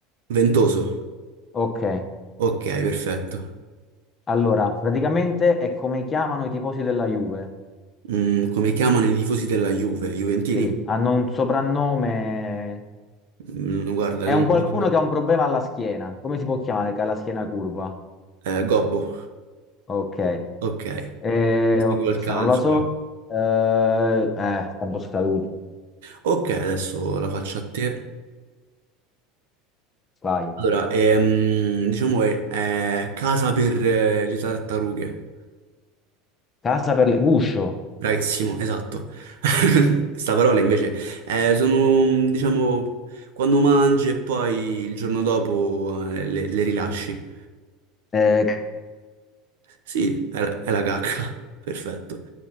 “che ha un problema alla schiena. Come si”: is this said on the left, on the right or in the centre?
Left